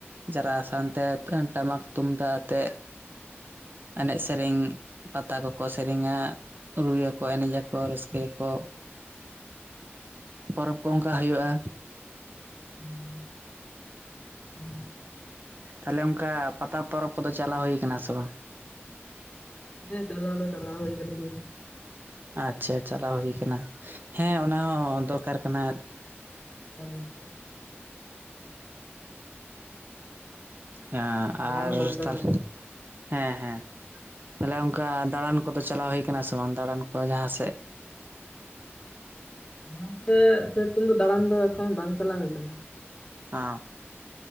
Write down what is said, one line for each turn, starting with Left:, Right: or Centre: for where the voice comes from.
Right: ᱡᱟᱨᱟᱜ-ᱟ ᱥᱟᱶᱛᱮ ᱴᱟᱢᱟᱠ ᱛᱩᱢᱫᱟᱜ ᱟᱛᱮᱜ ᱮᱱᱮᱡ ᱥᱮᱨᱮᱧ ᱯᱟᱛᱟ ᱠᱚᱠᱚ ᱥᱮᱨᱮᱧᱟ ᱨᱩᱭᱟᱠᱚ ᱮᱱᱮᱡ ᱟᱠᱚ᱾ ᱨᱟᱹᱥᱠᱟᱹᱭᱟᱠᱚ ᱯᱚᱨᱚᱵᱽ ᱠᱚ ᱚᱱᱠᱟ ᱦᱩᱭᱩᱜᱼᱟ᱾
Left: <unintelligible>
Right: ᱛᱟᱦᱞᱮ ᱚᱱᱠᱟ ᱯᱟᱛᱟ ᱯᱚᱨᱚᱵᱽ ᱠᱚᱫᱚ ᱪᱟᱞᱟᱣ ᱦᱩᱭ ᱟᱠᱟᱱᱟ ᱥᱮ ᱵᱟᱝ?
Left: ᱦᱮᱸ ᱪᱟᱞᱟᱣ ᱫᱚ ᱪᱟᱞᱟᱣ ᱦᱩᱭ ᱠᱟᱱ ᱜᱮᱭᱟ᱾
Right: ᱟᱪᱪᱷᱟ ᱪᱟᱞᱟᱣ ᱦᱩᱭ ᱟᱠᱟᱱᱟ᱾ ᱦᱮᱸ ᱚᱱᱟ ᱦᱚᱸ ᱫᱚᱨᱠᱟᱨ ᱠᱟᱱᱟ᱾
Left: ᱦᱚᱭ᱾
Right: ᱦᱮᱸ
Left: ᱪᱟᱞᱟᱣ
Right: ᱟᱨ
Left: ᱦᱚᱸ ᱫᱚᱨᱠᱟᱨ
Right: ᱛᱟᱦᱞᱮ
Left: ᱠᱟᱱᱟ᱾
Right: ᱦᱮᱸ ᱦᱮᱸᱻ ᱛᱟᱦᱞᱮ ᱚᱱᱠᱟ ᱫᱟᱬᱟᱱ ᱠᱚᱫᱚ ᱪᱟᱞᱟᱣ ᱦᱩᱭ ᱟᱠᱟᱱᱟ ᱥᱮ ᱵᱟᱝ ᱫᱟᱬᱟᱱ ᱠᱚ ᱡᱟᱦᱟᱸ ᱥᱮᱫ?
Left: <unintelligible>
Right: ᱟ